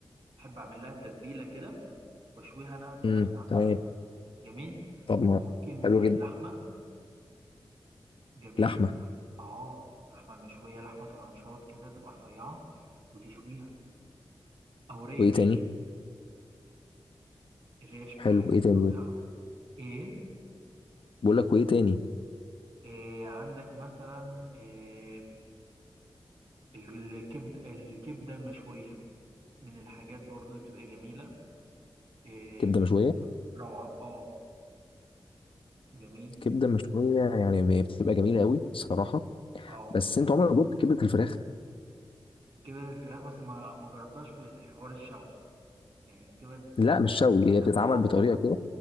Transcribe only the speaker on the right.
احب اعمل لها التتبيله كده واشويها انا بنفسي
على الفحم
جميل
وممكن
لحمه جميل
اه اللحمه المشويه لحمه طرنشات كده تبقى رفيعه وتشويها او ريش
الريش من
الحاجات
الرائعه ايه,
إيه عندك مثلا إيه الكبد الكبده المشويه من الحاجات برضو اللي بتبقى جميله إيه
بت-
روعه اه جميل
اه
كبد الفراخ بس ما ما جربتهاش في الحوار الشوي يعني الكبد
بتاع
اه